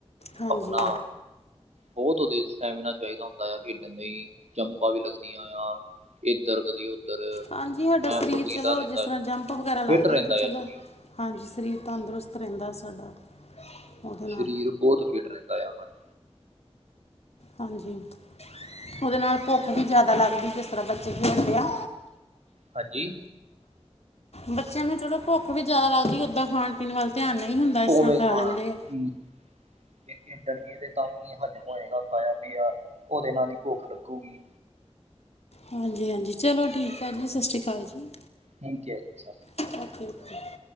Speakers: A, on the left; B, on the right.
A: ਹਾਂਜੀ
B: ਆਪਣਾ। ਬਹੁਤ ਵਧੀਆ ਸਟੈਮੀਨਾ ਚਾਹੀਦਾ ਹੁੰਦਾ ਆ ਖੇਡਣ ਲਈ ਜੰਪਾਂ ਵੀ ਲੱਗਦੀਆਂ ਆ ਇੱਧਰ ਕਦੀ ਉੱਧਰ
A: ਹਾਂਜੀ ਸਾਡਾ ਸਰੀਰ
B: ਐ ਫੁਰਤੀਲਾ
A: ਚਲੋ
B: ਰਹਿੰਦਾ
A: ਜਿਸ ਤਰ੍ਹਾਂ
B: ਏ
A: ਜੰਪ ਵਗੈਰਾ ਲੱਗਦੇ
B: ਫਿੱਟ ਰਹਿੰਦਾ
A: ਤਾਂ ਚਲੋ
B: ਆ ਸਰੀਰ।
A: ਹਾਂਜੀ ਸਰੀਰ ਤੰਦਰੁਸਤ ਰਹਿੰਦਾ ਸਾਡਾ। ਉਹਦੇ ਨਾਲ
B: ਸਰੀਰ ਬਹੁਤ ਫਿਟ ਰਹਿੰਦਾ ਆ ਹਾਂਜੀ।
A: ਹਾਂਜੀ ਉਹਦੇ ਨਾਲ ਭੁੱਖ ਵੀ ਜ਼ਿਆਦਾ ਲੱਗਦੀ ਜਿਸ ਤਰ੍ਹਾਂ ਬੱਚੇ ਖੇਡਦੇ ਆ
B: ਹਾਂਜੀ।
A: ਬੱਚਿਆਂ ਨੂੰ ਚਲੋ ਭੁੱਖ ਵੀ ਜ਼ਿਆਦਾ ਲੱਗਦੀ ਓਦਾਂ ਖਾਣ ਪੀਣ ਵੱਲ ਧਿਆਨ ਨਹੀਂ ਹੁੰਦਾ ਇਸ
B: ਉਵੇਂ
A: ਤਰ੍ਹਾਂ ਖਾ
B: ਖਾਣ
A: ਲੈਂਦੇ।
B: ਚੀਜ਼ ਜੇ ਖੇਡਣਗੇ ਤੇ ਤਾਂ ਹੀ ਹਜ਼ਮ ਹੋਏਗਾ ਖਾਇਆ ਪੀਆ ਉਹਦੇ ਨਾਲ ਹੀ ਭੁੱਖ ਲੱਗੂਗੀ।
A: ਹਾਂਜੀ ਹਾਂਜੀ ਚਲੋ ਠੀਕ ਆ ਜੀ ਸਤਿ ਸ਼੍ਰੀ ਅਕਾਲ ਜੀ।
B: ਠੀਕ ਜੀ ਸਤਿ ਸ੍ਰੀ ਅਕਾਲ।
A: Okay okay.